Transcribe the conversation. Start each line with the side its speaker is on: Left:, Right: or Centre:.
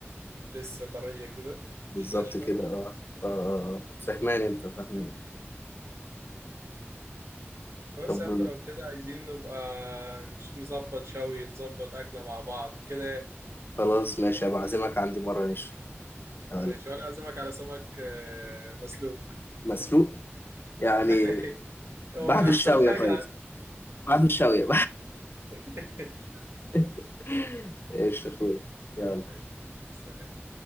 Right: لسه طرية كده مش
Left: بالظبط
Right: ناشفة
Left: كده اه اه آه. فهمان انت فهمان
Right: بس
Left: طب
Right: يا عم لو كده عايزين نبقى نش- نظبط شوي نظبط أكلة مع بعض كده
Left: خلاص ماشي هبقى اعزمك عندي مرة نشوي هقول
Right: ماشي
Left: لك.
Right: وأنا أعزمك على سمك آه، مسلوق
Left: مسلوق يعني
Right: <laughs>
Left: بعد
Right: هو مش أحسن
Left: الشاوية
Right: حاجة
Left: طيب بعد الشاوية
Right: <laughs>
Left: <laughs> ايش يا اخوي يلا
Right: ماشي سلام